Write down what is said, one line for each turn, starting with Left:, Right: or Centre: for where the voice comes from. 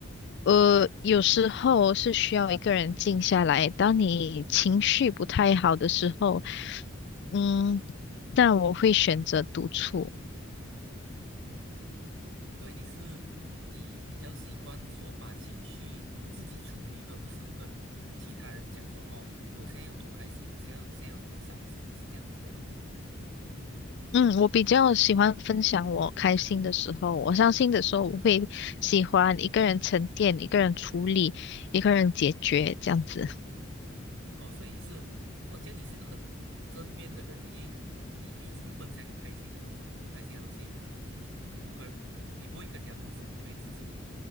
Left: 呃有时候是需要一个人静下来。当你情绪不太好的时候，嗯，但我会选择独处。
Right: 嗯。所以你是你比较习惯说把情绪自己处理，而不是跟其他人讲说哦，我现在有多开心，我现在现在有多伤心，是这样子对吗？
Left: 嗯，我比较喜欢分享我开心的时候，我伤心的时候，我会喜欢一个人沉淀，一个人处理，一个人解决这样子。<laughs>
Right: 嗯嗯，哦，所以你是哦，这样你是一个很正面的人呢，因为你你只分享你开心的东西，你不开心的东西你不跟你不会跟人家分享，你会自己